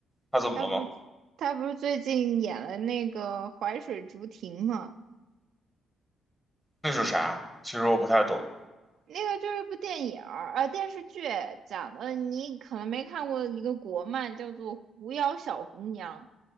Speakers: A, in the centre; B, on the right.
A: 她怎么了吗？
B: 她不是她不是最近演了那个《淮水竹亭》吗？
A: 那是啥？其实我不太懂。
B: 那个就是一部电影儿，呃，电视剧讲的，你可能没看过一个国漫，叫做《狐妖小红娘》。